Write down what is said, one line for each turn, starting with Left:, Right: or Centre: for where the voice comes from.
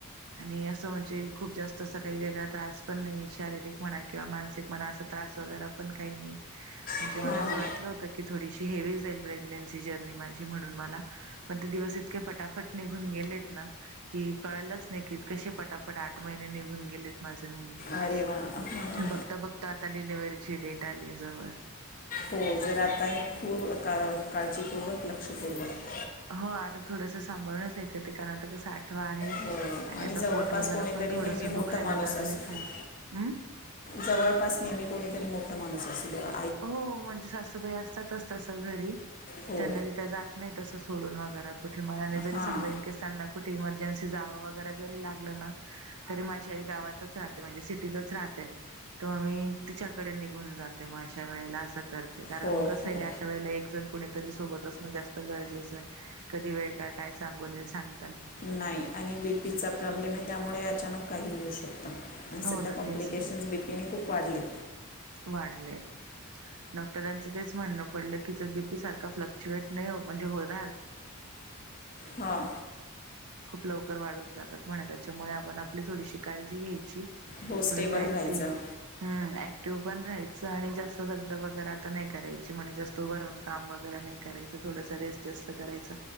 Right: आणि असं म्हणजे खूप जास्त अस काही वेगळा त्रास पण नाही शारीरिक म्हणा किंवा मानसिक. म अस त्रास वगैरे पण काही नाही म्हणजे
Left: हां
Right: मला असं वाटलं होत. की थोडीशी हेवी जाईल प्रेग्नेन्सी जर्नी माझी म्हणून मला पण ते दिवस इतके फटाफट निघून गेलेत ना. कि कळलंच नाही की कसे पटापट आठ महिने निघून गेले. माझे म्हणून
Left: अरे वा हां हां हां
Right: बघता बघता आता डिलव्हची डेट आली जवळ.
Left: हो जर आता हे पूर का काळजीपूर्वक लक्षपूर्वक
Right: हो आता थोडंसं सांभाळूनच ऐक ते कारण आता का आठ आहे
Left: हो
Right: आणि आता
Left: जवळपास
Right: पोट वगैरे
Left: कोणीतरी
Right: पण थोडस
Left: नेहमी
Right: दुखायला
Left: मोठा माणूस
Right: लागलंय
Left: असो
Right: खाली हम.
Left: जवळपास नेहमी कोणीतरी मोठा माणूस असू देवा
Right: हो म्हणजे सासूबाई असतातच तसं घरी.
Left: हो
Right: जनरली त्या जात नाही तसं सोडून वगैरे कुठे मला आणि जरी
Left: हां
Right: समजा इनकेस त्यांना कुठे इमर्जन्सी जावं वगैरे जरी लागलं ना तरी माझ्या आई गावातच राहते, म्हणजे सिटीतच राहते. तो आम्ही तिच्याकडे निघून जाते, मग अशा वेळेला असं करते, कारण
Left: हो
Right: मग कसं
Left: हो
Right: त्यावेळेला एकजण कुणी तरी सोबत असण जास्त गरजेचं आहे, कधी वेळ का काय सांगुन सांग
Left: नाही आणि बी पी चा प्रॉब्लेम आहे, त्यामुळे अचानक काहीही होऊ शकतं. आणि
Right: हो
Left: सध्या
Right: ना
Left: कॉम्प्लिकेशनस
Right: तेच
Left: बी पी‌ ने खूप वाढले.
Right: वाढले. डॉक्टरांचं तेच म्हणणं पडलं की, जर बी पी सारखं फ्लक्च्युएट नाही म्हणजे होत <unintelligible>
Left: हां
Right: लवकर वाढून जातात, म्हणे त्याच्यामुळे आपण आपली थोडीशी काळजी घ्यायची.
Left: हो
Right: थोडस
Left: स्टेबल
Right: ऍक्टिव
Left: राहायचं
Right: हम्म एँक तू पण राहायचं आणि जास्त दगदग वगैर आता नाही करायची, म्हणजे जास्त उभं राहून काम वगैरे नाही करायच. थोडासा रेस्ट जास्त करायचा.